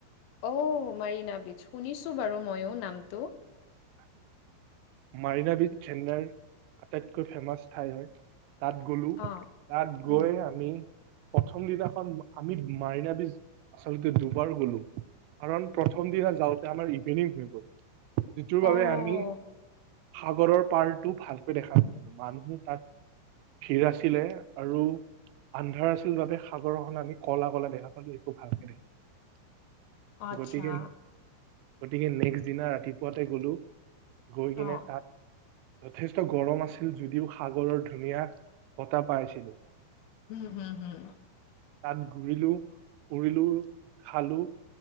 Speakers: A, on the left; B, on the right.
A: অঔ মাৰিনা ব্ৰীছ শুনিছো বাৰু ময়ো নামটো
B: মাৰিনাাবিছ চেন্নাইৰ আটাইতকৈ ফেমাছ ঠাই হয় তাত গলো
A: অ'।
B: তাত গৈ
A: উম,
B: আমি প্ৰথম দিনাখন আমি মাৰিনা বীজ আচলতে দুবাৰ গলো কাৰণ প্ৰথম দিনা যাওঁতে আমাৰ ইভিনিং হৈ গ'ল যিটোৰ বাবে
A: অ'
B: আমি সাগৰৰ পাৰটো ভালকৈ দেখা নাপালো মানুহো তাত ভিৰ আছিলে আৰু আন্ধাৰ আছিল বাবে সাগৰখন আমি কলা কলা দেখা পালো একো ভালকে দেখা নাপালো।
A: অ আচ্ছা
B: গতিকে গতিকে নেক্সট দিনা ৰাতিপুৱা পোৱাতে গ'লো গৈ কিনে
A: অ'
B: তাত যথেষ্ট গৰম আছিল যদিও সাগৰৰ ধুনীয়া বতাহ পাইছিলো
A: উম হম হম
B: তাত ঘূৰিলো ফুৰিলো খালো